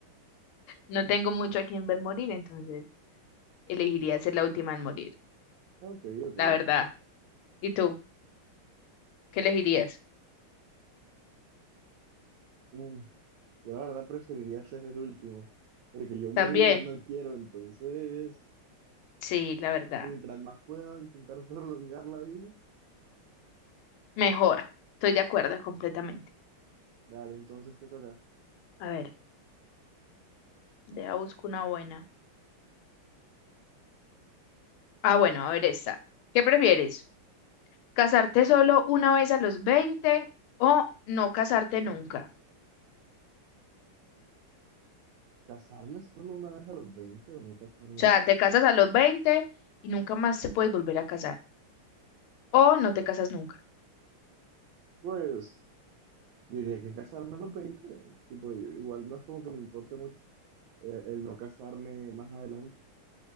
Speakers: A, on the left (about 80°); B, on the right (about 75°).
A: No tengo mucho a quien ver morir, entonces elegiría ser la última en morir.
B: Ok, ok.
A: la verdad. ¿Y tú? ¿Qué elegirías?
B: Mm, Yo la verdad preferiría ser el último, porque yo
A: ¿También?
B: morirme no quiero, entonces,
A: Sí, la verdad.
B: mientras más pueda intentar <laughs> prolongar la vida,
A: Mejor. Estoy de acuerdo completamente.
B: dale, entonces te toca.
A: A ver, deja busco una buena. Ah, bueno, a ver esta. ¿Qué prefieres? ¿Casarte solo una vez a los 20 o no casarte nunca?
B: ¿Casarme solo una vez a los 20 o no casarme
A: O sea,
B: nunca?
A: te casas a los veinte y nunca más se puedes volver a casar. O no te casas nunca.
B: Pues, yo diría que casarme a los veinte tipo, yo- igual no es como que me importe mucho eh, el no casarme más adelante.